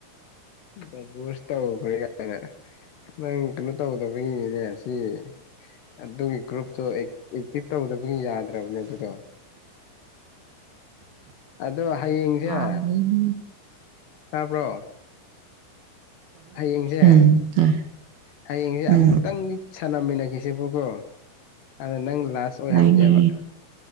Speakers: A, on the left; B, on the right.
A: ꯗꯥꯏꯕ꯭ꯔꯣꯁ ꯇꯧꯈ꯭ꯔꯦ ꯀꯥꯏꯅ ꯅꯪ ꯀꯩꯅꯣ ꯇꯧꯗꯕꯒꯤꯅꯦ ꯁꯤ ꯑꯗꯨꯒꯤ ꯒ꯭ꯔꯨꯞꯇꯣ ꯑꯦꯛꯇꯤꯚ ꯇꯧꯗꯕꯒꯤ ꯌꯥꯗ꯭ꯔꯕꯅꯦ ꯑꯗꯨꯗꯣ ꯑꯗꯣ ꯍꯌꯦꯡꯁꯦ
B: ꯄꯥꯝꯗꯦꯕꯒꯤ
A: ꯇꯥꯕ꯭ꯔꯣ ꯍꯌꯦꯡꯁꯦ
B: ꯎꯝ ꯇꯧꯕ
A: ꯍꯌꯦꯡꯁꯦ
B: ꯎꯝ
A: ꯑꯃꯨꯛꯇꯪꯗꯤ ꯁꯅꯥꯃꯤꯅꯥꯈꯤꯁꯦꯕꯣꯒꯣ ꯑꯗꯥ ꯅꯪ ꯂꯥꯁ ꯑꯣꯏꯍꯟꯒꯦꯕ
B: ꯍꯥꯏꯅꯤ